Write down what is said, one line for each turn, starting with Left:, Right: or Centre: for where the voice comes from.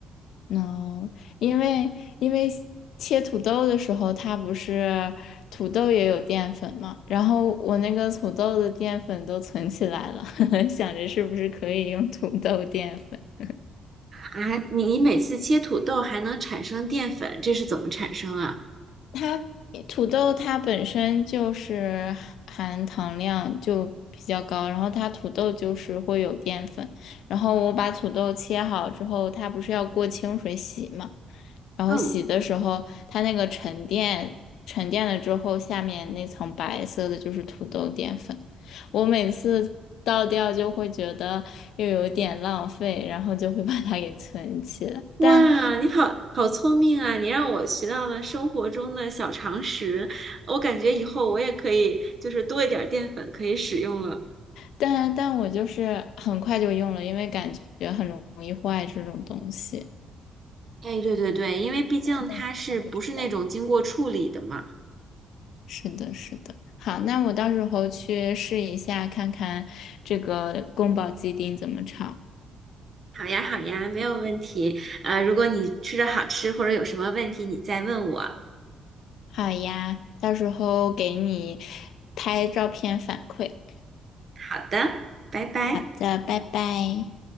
Left: no，因为因为切土豆的时候，它不是土豆也有淀粉嘛，然后我那个土豆的淀粉都存起来了，<laughs> 想着是不是可以用土豆淀粉。
Right: 啊。你你每次切土豆还能产生淀粉，这是怎么产生啊？
Left: 它土豆它本身就是含糖量就比较高，然后它土豆就是会有淀粉，然后我把土豆切好之后，它不是要过清水洗嘛？然后洗的时候，
Right: 嗯，
Left: 它那个沉淀沉淀了之后，下面那层白色的就是土豆淀粉。我每次倒掉就会觉得又有点浪费，然后就会把它给存起来。
Right: 哇，
Left: 但
Right: 你好好聪明啊！你让我学到了生活中的小常识，我感觉以后我也可以就是多一点儿淀粉可以使用了。
Left: 但但我就是很快就用了，因为感觉很容易坏这种东西。
Right: 哎，对对对，因为毕竟它是不是那种经过处理的嘛？
Left: 但但但不知道。是的，是的。好，那我到时候去试一下，看看这个宫保鸡丁怎么炒。
Right: 好呀，好呀，没有问题。呃，如果你吃着好吃或者有什么问题，你再问我。
Left: 好呀，到时候给你拍照片反馈。
Right: 好的，拜拜。
Left: 好的，拜拜。